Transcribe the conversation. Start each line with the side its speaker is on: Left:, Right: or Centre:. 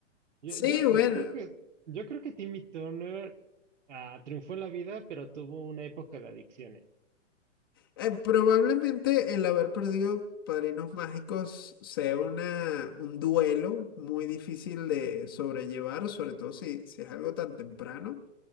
Right: Yo,
Left: Sí,
Right: yo,
Left: bueno,
Right: yo creo que, yo creo que Timmy Turner ah, triunfó en la vida, pero tuvo una época de adicciones.
Left: eh, probablemente el haber perdido Padrinos Mágicos sea una, un duelo muy difícil de sobrellevar, sobre todo si, si es algo tan temprano.